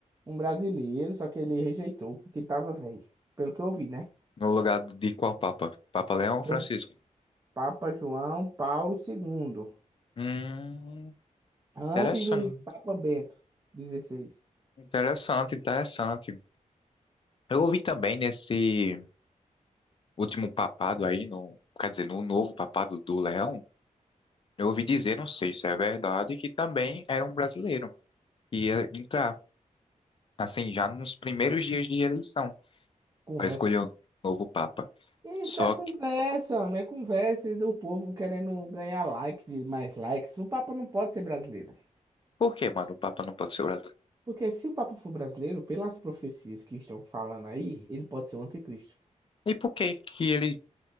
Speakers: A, on the right; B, on the left.
A: um brasileiro, só que ele rejeitou porque tava velho. Pelo que eu vi, né?
B: no lugar de qual Papa? Papa Leão
A: João
B: ou Francisco?
A: Papa João Paulo II.
B: Hum,
A: Antes
B: interessante,
A: do Papa Bento XVI.
B: interessante, interessante. Eu ouvi também nesse último papado aí, no, quer dizer, no novo papado do Leão, eu ouvi dizer, não sei se é verdade, que também era um brasileiro que ia entrar, assim, já nos primeiros dias de eleição,
A: Conversa.
B: para escolher o novo papa.
A: Isso
B: Só
A: é conversa,
B: que,
A: homem, é conversa do povo querendo ganhar likes e mais likes. O Papa não pode ser brasileiro.
B: por que, mano, o papa não pode ser brasileiro?
A: Porque se o Papa for brasileiro, pelas profecias que estão falando aí, ele pode ser o anticristo.
B: E por que que ele